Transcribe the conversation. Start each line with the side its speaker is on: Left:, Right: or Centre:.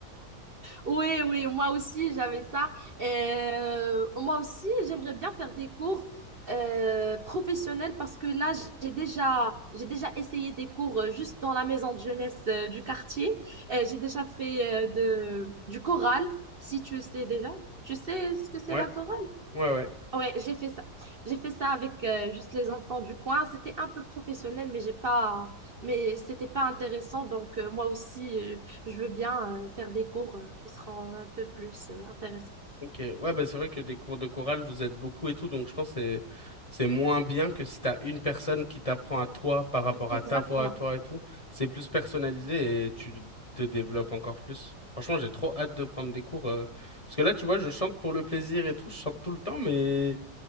Right: Oui, oui, moi aussi, j'avais ça. Euh, moi aussi, j'aimerais bien faire des cours euh, professionnels parce que là, j'ai déjà, j'ai déjà essayé des cours euh, juste dans la maison de jeunesse euh, du quartier. Euh, j'ai déjà fait euh, de, du choral, si tu sais déjà. Tu sais ce que c'est
Left: Ouais,
Right: la chorale?
Left: ouais, ouais.
Right: Ouais, j'ai fait ça. J'ai fait ça avec euh, juste les enfants du coin. C'était un peu professionnel, mais j'ai pas, mais c'était pas intéressant. Donc euh, moi aussi, euh, je veux bien euh, faire des cours euh, qui seront un peu plus euh, intéressants.
Left: Ok, ouais, bah c'est vrai que des cours de chorale, vous êtes beaucoup et tout, donc je pense que c'est c'est moins bien que si t'as une personne qui t'apprend à toi par rapport
Right: Oui, exactement.
Left: à ta voix à toi et tout. C'est plus personnalisé et tu te développes encore plus. Franchement, j'ai trop hâte de prendre des cours euh, parce que là, tu vois, je chante pour le plaisir et tout, je chante tout le temps, mais